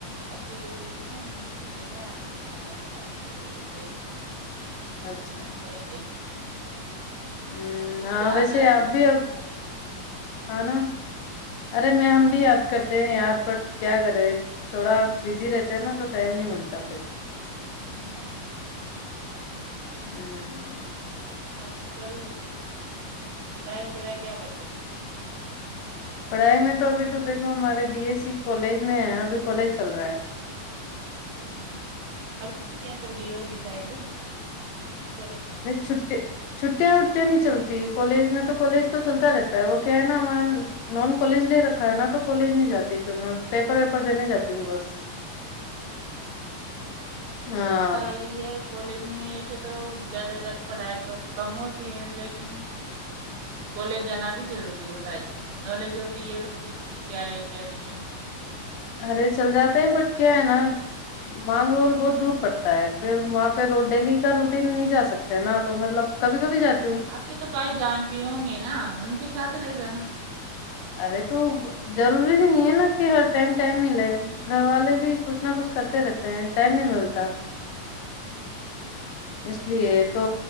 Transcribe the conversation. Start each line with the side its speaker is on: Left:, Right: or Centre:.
Right: ا پھر ہوئی ہوں عمر گے کاھا سے بات کر لے تھوڑی دیر <unintelligible>
Left: اچھا
Right: پھر ہوائیں گے <unintelligible>
Left: ہ
Right: ابھی
Left: ہاں
Right: بھی یاد
Left: ویسے
Right: آ رہی
Left: اب
Right: تھی
Left: بھی
Right: بہت
Left: ا <unintelligible> ہ ن <unintelligible> ارے میں ہم بھی یاد کر <unintelligible> یار پر کیا کرے تھوڑا بزی رہتے ہیں نا تو ٹائم نہیں ملتا پھر
Right: ہوں
Left: ہوں
Right: آج کل پڑائی وغیرہ کیا کرتے ہو
Left: پڑھائی میں تو ابھی تو دیکو ہمارے بی ایس سی کالج میں ہے ابھی کالج چل رہا ہے
Right: ہ ابھی تو چھٹیاں چل رہی ہوگی شاید کالج
Left: چھٹی
Right: چل
Left: چ چٹیاں وٹیا نہیں چلتی کالج میں تو کالج تو چلتا رہتا ہے وہ کیا ہے نا میں نان کالج لے رکھا ہے نا تو کالج نہیں جاتی پھر میں پیپر ویپر دینے جاتی ہوں بس
Right: ب پت
Left: ہاں
Right: اچھا ہی ہے کالج میں ایسے تو زیادہ تر پڑھائی تو کم ہوتی ہے لیکن کالج جانا بھی ضروری ہوتا ہے نالج ہوتی ہے اس چیز کی کیا ہے کیا نہیں ہے
Left: ارے چل جاتے ہیں بٹ کیا ہے نا مانگ رول بہت دور پڑتا ہے پھر وہاں پہ ر ڈیلی کا روٹین نہیں جا سکتے نا تو مطلب کبھی کبھی جاتے
Right: آپ کے تو بھائی جان پ ہوں گے نا ان کے ساتھ چ لے جانا
Left: ارے تو ضروری نہیں ہے نا کہ ہر ٹائم ٹائم ملے گھر والے بھی کچھ نہ کچھ کرتے رہتے ہیں ٹائم نہیں ملتا
Right: ہوں
Left: اس لیے تو